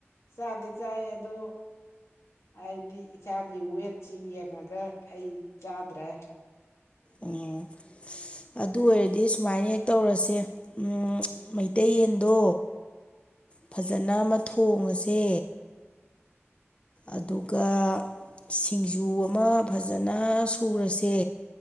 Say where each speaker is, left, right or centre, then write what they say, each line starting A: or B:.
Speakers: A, on the left (about 80°); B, on the left (about 25°).
A: ꯆꯥꯗꯤ ꯆꯥꯏ ꯑꯗꯣ ꯍꯥꯏꯗꯤ ꯏꯁꯥꯒꯤ ꯋꯦꯠꯁꯤ ꯌꯦꯡꯉꯒ ꯑꯩ ꯆꯥꯗ꯭ꯔꯦ
B: ꯑꯣ ꯑꯗꯨ ꯑꯣꯏꯔꯗꯤ ꯁꯨꯃꯥꯏꯅ ꯍꯦꯛ ꯇꯧꯔꯁꯦ ꯎꯝ ꯃꯩꯇꯩ ꯌꯦꯟꯗꯣ ꯐꯖꯅ ꯑꯃ ꯊꯣꯡꯉꯁꯦ ꯑꯗꯨꯒ ꯁꯤꯡꯖꯨ ꯑꯃ ꯐꯖꯅ ꯁꯨꯔꯁꯦ